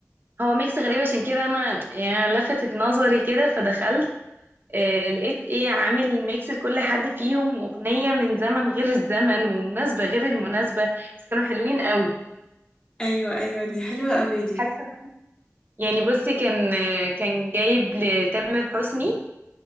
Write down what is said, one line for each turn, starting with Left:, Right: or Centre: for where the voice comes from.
Right: هو ميكس غريب عشان كده أنا يعني لفتت نظري كده فدخلت آه، لقيت إيه عامل ميكس لكل حد فيهم أغنية من زمن غير الزمن ومناسبة غير المناسبة بس كانوا حلوين قوي
Left: ايوه ايوه دي حلوة قوي دي
Right: حاسة يعني بصي كان كان جايب لتامر حسني